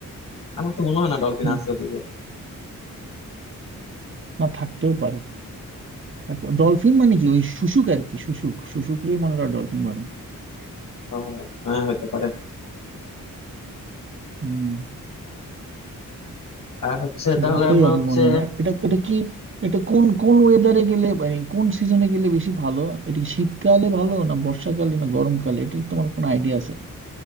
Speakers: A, on the left; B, on the right.
A: আমার তো মনে হয় না ডলফিন
B: হুম,
A: আছে ওদিকে
B: না থাকতেও পারে এত- ডলফিন মানে কি ওই শুশুক আর কি শুশুক শুশুককে মনে হয় ডলফিন বলে
A: ও, হ্যাঁ হতে পারে
B: হুম,
A: আর হচ্ছে তাহলে
B: ভালোই
A: আমরা
B: হবে
A: হচ্ছে
B: মনে না এটা এটা কি এটা কোন কোন ওয়েদারে গেলে মানে কোন সিজনে গেলে বেশি ভালো এটা কি শীতকালে ভালো না বর্ষাকালে না গরমকালে এটার তোমার কোনো আইডিয়া আছে